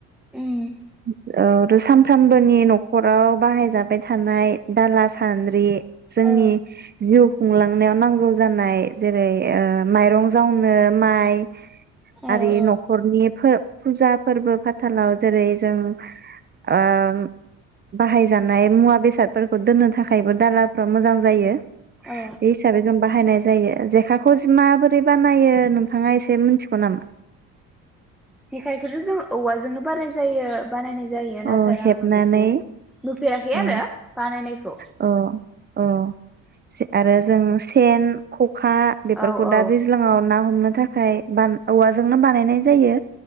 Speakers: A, in the centre; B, on the right.
A: उम
B: <inaudible> औ सानफ्रामबोनि न'खराव बाहायजाबाय थानाय दाला सान्द्रि जोंनि
A: औ
B: जिउ खुंलांनायाव नांगौ जानाय जेरै ओ माइरं जावनो माइ
A: औ
B: आरि
A: औ
B: न'खरनिफोर फुजा फोर्बो फाथालाव जेरै जों ओ बाहायजानाय मुवा बेसादफोरखौ दोन्नो थाखायबो दालाफ्रा मोजां जायो।
A: औ
B: बे हिसाबै जों बाहायनाय जायो। जेखाखौ माबोरै बानायो नोंथाङा एसे मिन्थिगौ नामा?
A: जेखायखौथ जों औवाजोंनो बाराय जायो। बानायनाय जायो नाथाय
B: अ हेबनानै
A: आङो बेखौ नुफेराखै
B: अ
A: आरो बा नायनायखौ।
B: अ अ। जे आरो जों सेन, ख खा बेफोरखौ
A: औ औ
B: दा दैज्लाङाव ना ह हमनो थाखाय बा औवाजोंनो बानायनाय जायो।